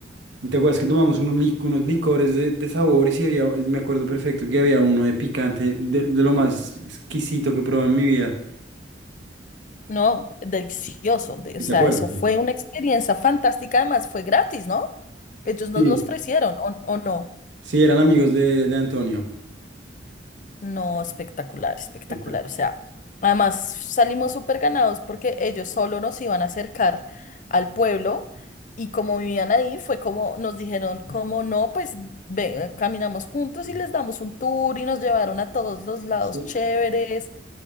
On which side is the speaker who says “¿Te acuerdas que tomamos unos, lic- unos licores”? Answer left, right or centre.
Right